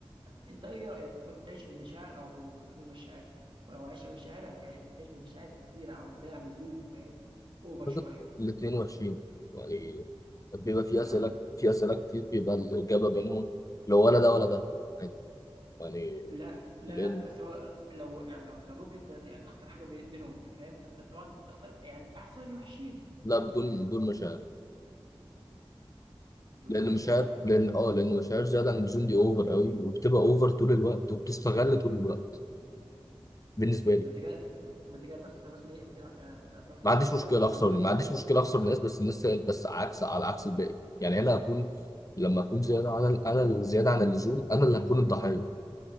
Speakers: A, on the right (about 55°); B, on the left (about 35°).
A: انت ايه رايك ممكن تعيش بمشاعر او من غير مشاعر ولو عشت بمشاعر هتع- هتعيش بمشاعر كتيره او زياده عن اللزوم فاهم اوفر شويه
B: اعتقد الاثنين وحشين يعني بيبقى في
A: فهتخ...
B: اسئله في اسئله كتير بيبقى الاجابه بينهم لو ولا ده ولا ده عادي يعني
A: لا لا
B: لان
A: لا بس هو لو يعني لو اضطروك انت يعني تختار حاجه بي- بينهم فاهم فانت طبعا تختار يعني احسن الوحشين
B: لا بدون
A: فاهمني
B: بدون مشاعر
A: بدون
B: لان
A: مشاعر
B: مشاعر لان اه لان مشاعر زياده عن اللزوم دي اوفر قوي وبتبقى اوفر طول الوقت وبتستغل طول الوقت بالنسبه لي
A: ما انت كده ما انت كده تخسر مثلا ايه يعني تخسر
B: ما عنديش
A: العلاقه
B: مشكله اخسر
A: الزوجيه
B: ما عنديش مشكله اخسر الناس بس الناس بس عكس على عكس الباقي يعني انا هكون لما اكون زياده عن انا اللي زياده عن اللزوم انا اللي هكون الضحيه